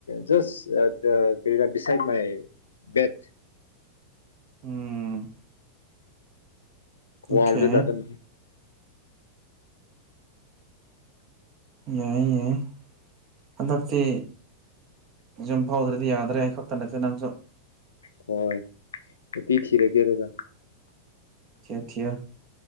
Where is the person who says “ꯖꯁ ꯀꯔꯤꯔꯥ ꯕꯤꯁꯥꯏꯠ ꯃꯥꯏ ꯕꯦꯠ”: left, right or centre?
Left